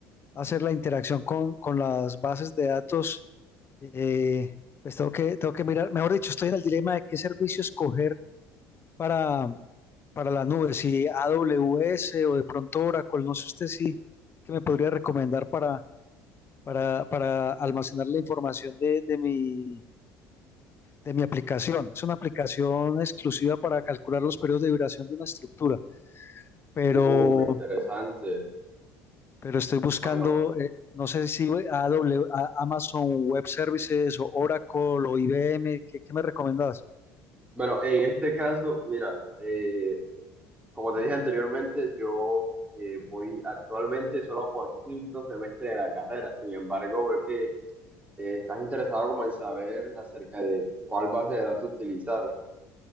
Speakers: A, on the left (about 35°); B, on the right (about 20°).
A: hacer la interacción con, con las bases de datos, eh, pues tengo que, tengo que mirar, mejor dicho, estoy en el dilema de qué servicio escoger para, para la nube, si AWS o de pronto Oracle, no sé usted si qué me podría recomendar para, para, para almacenar la información de, de mi de mi aplicación. Es una aplicación exclusiva para calcular los periodos de duración de una estructura, pero,
B: uh, interesante.
A: pero estoy buscando,
B: Bueno,
A: eh, no sé si a W a- Amazon Web Services o Oracle o IBM, ¿qué, qué me recomendás?
B: bueno, en este caso, mira, eh. Como te dije anteriormente, yo eh, voy actualmente solo por quinto semestre de la carrera. Sin embargo, veo que eh, estás interesado como en saber acerca de cuál base de datos utilizar.